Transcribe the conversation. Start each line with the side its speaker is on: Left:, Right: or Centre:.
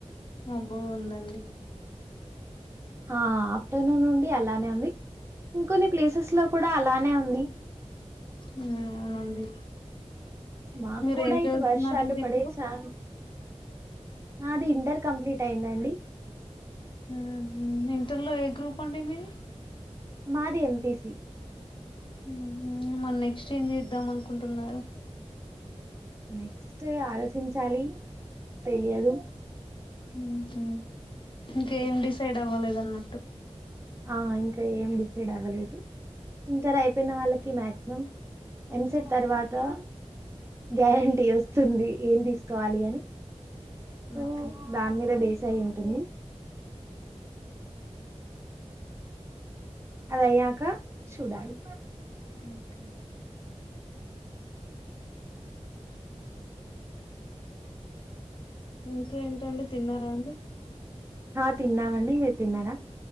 Left: మబ్బుగ ఉందండి.
Right: ఆ ఆఫ్టర్నూన్ నుండి అలానే ఉంది ఇంకొన్ని ప్లేసెస్ లో కూడా అలానే ఉంది
Left: ఊ అవునండి
Right: మాకు
Left: మీరు
Right: కూడా
Left: ఏం
Right: ఇటు
Left: చదుతున్నారండి
Right: వర్షాలు పడే
Left: ఇప్పుడు
Right: ఛాన్స్ నాది ఇంటర్ కంప్లీట్ అయిందండి.
Left: ఉహు ఇంటర్లో ఏ గ్రూప్ అండి మీది
Right: మాది ఎంపిసి
Left: ఉహు మల్ నెక్స్ట్ ఏం చేద్దాం అనుకుంటున్నారు.
Right: నెక్స్ట్ ఆలోచించాలి తెలియదు
Left: ఊహు ఇంకేం డిసైడ్ అవ్వలేదం న్నట్టు
Right: ఆ ఇంకా ఏమి డిసైడ్ అవ్వలేదు ఇంటర్ అయిపోయిన వాళ్ళకి మాక్సిమం ఎంసెట్ తర్వా తా గ్యారంటీ వస్తుంది ఏం తీసుకోవాలి అని సో
Left: ఓకే
Right: దాని మీదే బేస్ అయి ఉంటుంది అది అయ్యాక చూడాలి
Left: ఓకే ఇంకేంటండి తిన్నారా అండి
Right: ఆ తిన్నామండి మీరు తిన్నారా